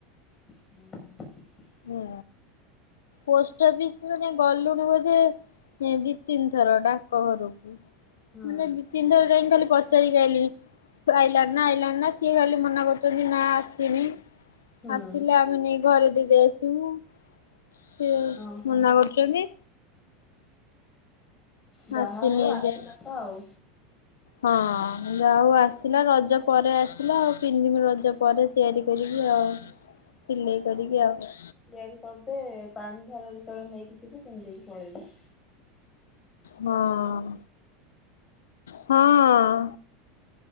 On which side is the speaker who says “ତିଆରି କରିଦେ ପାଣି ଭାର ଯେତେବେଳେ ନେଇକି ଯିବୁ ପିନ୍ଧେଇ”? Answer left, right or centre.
Left